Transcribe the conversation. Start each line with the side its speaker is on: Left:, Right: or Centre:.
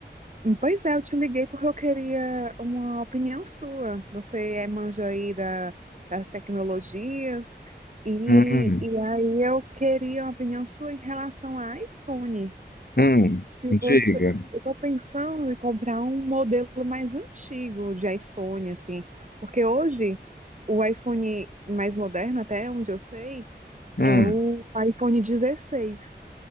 Right: Hum, Pois é, eu te liguei porque eu queria uma opinião sua. Você é manja aí da- das tecnologias, e,
Left: Hum,
Right: e aí eu queria uma opinião sua em relação ao iPhone.
Left: hum,
Right: Se
Left: diga.
Right: você, se- eu estou pensando em comprar um modelo mais antigo de iPhone, assim, porque hoje o iPhone mais moderno, até onde eu sei,
Left: Hum,
Right: é o iPhone 16,